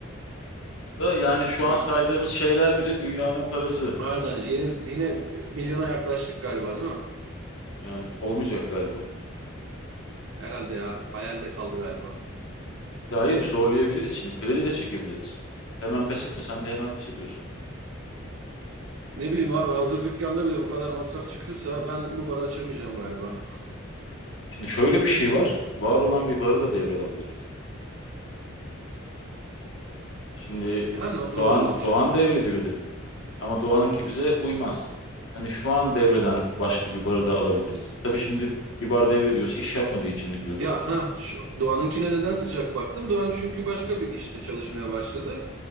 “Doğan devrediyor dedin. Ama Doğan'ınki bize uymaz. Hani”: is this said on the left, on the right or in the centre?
Left